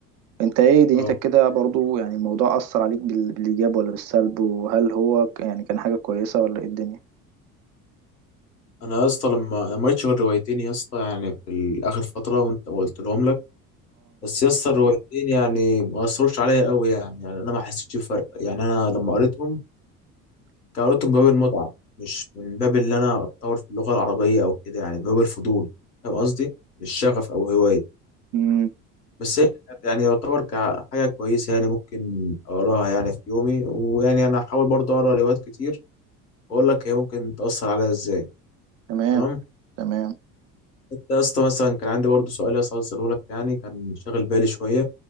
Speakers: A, on the right; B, on the left.
A: انت ايه دنيتك
B: اه
A: كده برضو يعني الموضوع اثر عليك بال- بالايجاب ولا بالسلب وهل هو ك- يعني كان حاجه كويسه ولا ايه الدنيا
B: انا يا اسطى لما أنا ما قريتش غير روايتين يا اسطى يعني في ال- اخر فتره وانت ما قلت لهم لك بس يا اسطى الروايتين يعني ما اثروش عليا قوي يعني يعني انا ما حسيتش بفرق يعني انا لما قريتهم كان قريتهم من باب المتعه مش من باب ان انا اتطور في اللغه العربيه او كده يعني من باب الفضول فاهم قصدي مش شغف او هوايه
A: اه
B: بس هي كانت يعني يعتبر كحاجه كويسه يعني ممكن اقراها يعني في يومي ويعني انا هحاول برضه اقرا روايات كتير واقول لك هي ممكن تاثر عليا ازاي
A: تمام
B: تمام
A: تمام
B: انت يا اسطى مثلا كان عندي برضه سؤال يا اسطى عاوز اساله لك يعني كان شاغل بالي شويه